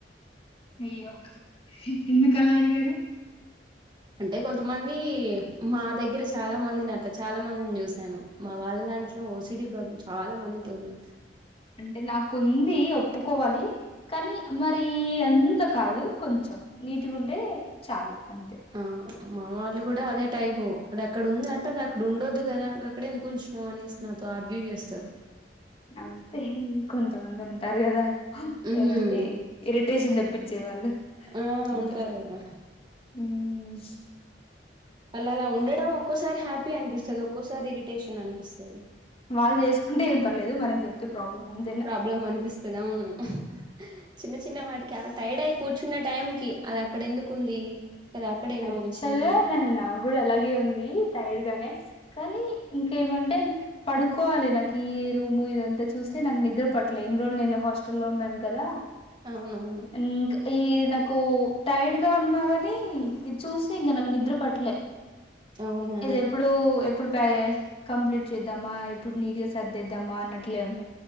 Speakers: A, on the left (about 35°); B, on the right (about 25°).
A: అయ్యో ఎందుకు అలా అడిగారు.
B: అంటే కొంతమంది మా దగ్గర చాలా మందిని అట్లా చాలా మందిని చూసాను. మా వాళ్ళ దాంట్లో ఓసిడి ప్రాబ్లం చాలా మందికి ఉంది.
A: అంటే నాకుంది ఒప్పుకోవాలి. కానీ మరి అంత కాదు కొంచెం నీటిగా ఉంటే చాలు అంతే.
B: ఆ మా వాళ్ళు గూడా అదే టైపు అది అక్కడ ఉంద అంటే అది అక్కడ ఉండొద్దు గదా గాకాడేంద్క్ వుంచ్ నో అనేస్ నాతో ఆర్గ్యూ జేస్తరు.
A: అంతే ఇంకొంత మంది ఉంటారు గదా
B: ఉమ్
A: ఏమంటే ఇరిటేషన్ దేప్పించేవాళ్ళు
B: ఆ
A: అందరూ
B: ఉంటారు
A: ఉహ్
B: అలా అలా ఉండడం ఒక్కోసారి హ్యాపీ అనిపిస్తది. ఒక్కోసారి ఇరిటేషన్ అనిపిస్తది.
A: వాళ్ళు జేసుకుంటే ఏం పర్లేదు మనకి చెప్తే ప్రాబ్లమ్ ఆన్
B: ప్రాబ్లం అనిపిస్తది అవును ఉహ్ చిన్న చిన్న వాటికి టైర్డ్ అయి కూర్చున్న టైం కి అద్ అక్కడ ఎందుకుంది. అది అక్కడేనా
A: అక్చువల్
B: ఉంచేది
A: గా నేహ్ నాగ్ గూ డా అలాగే ఉంది టైడ్ గానే కానీ ఇంకేమంటేన్ పడుకోవాలి నాకు ఈ రూము ఇదంతా చూసి నాకు నిద్ర పట్టలే ఎన్ని రోజులు నేను హాస్టల్లో ఉన్నాను కదా.
B: అవునవును
A: ఊహక్ ఈ నాకు టైర్డ్గా ఉన్నా గానీ ఇది చూసి ఇంగా నాకు నిద్ర పట్టలే
B: అవునా
A: ఇది ఎప్పుడు ఎప్పుడు పాయే కంప్లీట్ చేద్దామా ఎప్పుడు నీట్ గా సరదేద్దామా అన్నట్లే ఉన్నా